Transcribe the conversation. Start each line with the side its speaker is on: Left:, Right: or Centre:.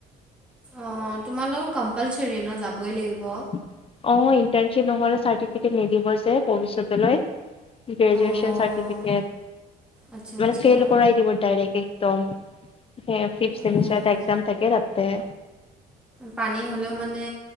Centre: অ', তোমালোকৰ কম্পালচৰি ন যাবই লাগিব?
Left: অ', ইণ্টাৰশ্বিপ নহলে চাৰ্টিফিকেট নিদিব যে ভৱিষ্যতলৈ। গ্ৰেজুৱেচন
Centre: অঁ
Left: চাৰ্টিফিকেট,
Centre: আচ্ছা
Left: মানে
Centre: আচ্ছা
Left: ফেইল কৰাই দিব ডাইৰেক্ট একদম। হে ফিফথ চেমিষ্টাৰ
Centre: অঁ
Left: এটা এক্সাম থাকে তাতে।
Centre: পানী হ'লেও মানে